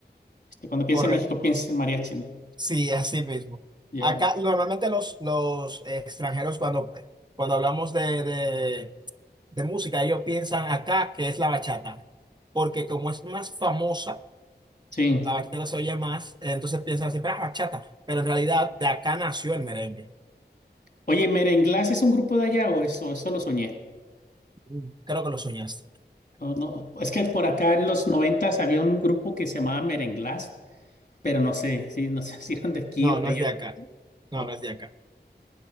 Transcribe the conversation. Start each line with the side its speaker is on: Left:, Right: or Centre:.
Left: este, cuando piensa
Right: correcto.
Left: en México, piensa en mariachi, ¿no?
Right: Sí, así mismo.
Left: Ya,
Right: Acá normalmente los, los extranjeros cuando, cuando hablamos de, de, de música, ellos piensan acá que es la bachata, porque como es más famosa,
Left: sí.
Right: la bachata se oye más, entonces piensan siempre, ah, bachata, pero en realidad de acá nació el merengue.
Left: Oye, ¿Merenglás es un grupo de allá o eso, eso lo soñé?
Right: Mm, Creo que lo soñaste.
Left: O no, es que por acá en los noventas había un grupo que se llamaba Merenglás, pero no sé, sí, no sé <laughs> si eran de aquí
Right: No,
Left: o de
Right: no
Left: allá.
Right: es de acá.
Left: Oh,
Right: No, no es de acá.